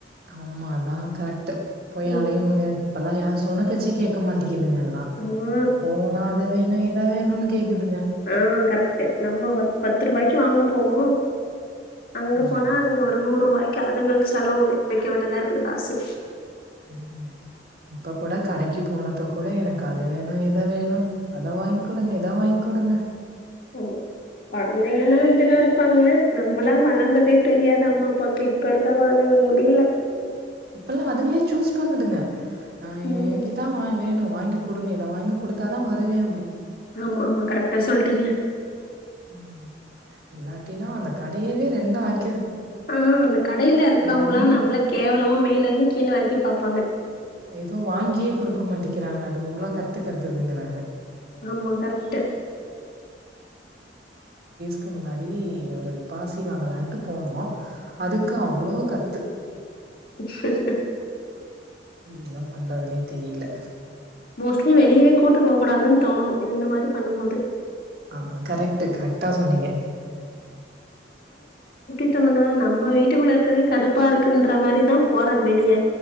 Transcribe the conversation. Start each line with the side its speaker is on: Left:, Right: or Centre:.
Right: ஆமா தான் கரெக்ட்டு போய்
Left: ம்.
Right: அலைய முடியாது இப்பெல்லாம் யார் சொன்ன பேச்சே கேக்கமாட்டேங்குது இவங்கல்லா
Left: ஆ
Right: போனா அத வேணும் இத வேணும் கே கேக்குது
Left: ம் கரக்ட்டு நம்ப பத்து ரூபாய்க்கு வாங்க போவோம் அங்க
Right: ஆமா
Left: போனா அதுங்க ஒரு நூறு ரூபாய் அதுங்களுக்கு செலவு வைக்க வேண்டுதா இருக்கு காசு
Right: ம் இப்ப கூட கடைக்கு போனப்போ கூட எனக்கு அது வேணும் இதை வேணும் அத வாங்கி் குடுங்க இத வாங்கி் குடுங்க
Left: ஆமா மெயின் அ குழந்தைன இப்படி இருப்பாங்க நம்மளா வளர்ந்ததே தெரியாத அம்மா அப்பாக்கு இப்ப இருக்கா குழந்தைங்க முடியல
Right: இப்பல்லா அதுங்களே சூஸ் பண்ணுதுங்க ஆஹ்
Left: ம்.
Right: எனக்கு இதான் வேணும் வாங்கி கொடுங்க இத வாங்கி கொடுத்தா தான் வருவேன்
Left: ஆமா ஆமா கரெக்டா சொல்லிட்டி ட்டிங்க
Right: ம் இல்லாட்டினா அந்த கடயவே ரெண்டா ஆக்
Left: ஆ அந்த கடைல இருக்கவங்கல்லா
Right: பண்ணி
Left: நம்மள கேவலமா மே ல இருந்து கீழ வரைக்கு பாப்பாங்க
Right: எது வாங்கியே குடுக்க மாட்டிங்கிறாங் அது இவ்ளோ கத்து கத்துதுங்கறாங்க
Left: ஆமா கரெக்ட்டு
Right: க்கு முன்னாடி ஒரு பாசி வாங்கலாண்ட்டு போனோ அதுக்கு அவ்ளோ கத்து
Left: ம் ம்
Right: ம் என்ன பண்றதுனே தெரியல
Left: மோஸ்ட்லி வெளியவே கூட்டு போகக் கூடாதுனு தோணு இந்த மாரி பண்ணும் போது
Right: ஆ கரெக்ட்டு கரெக்ட்டா சொன்னீங்க
Left: த்துணுனா நம்ம வீட்டுக்குள்ள இருக்கிறதே கடுப்பா இருக்குன்ற மாரிதா போறது வெளிய